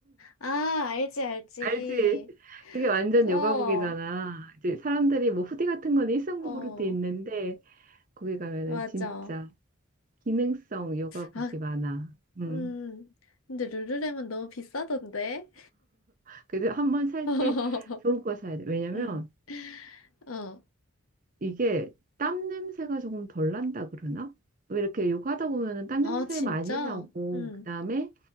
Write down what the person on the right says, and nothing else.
알지? 그게 완전
요가복이잖아. 이제 사람들이 뭐 후디 같은 건 일상복으로도
있는데 거기 가면은
진짜 기능성 요가복이
많아. 음.
그래도 한번 살
때 좋은 거 사야 돼. 왜냐면
이게 땀 냄새가 조금 덜 난다 그러나? 왜 이렇게 요가하다 보면은 땀
냄새
많이 나고
그다음에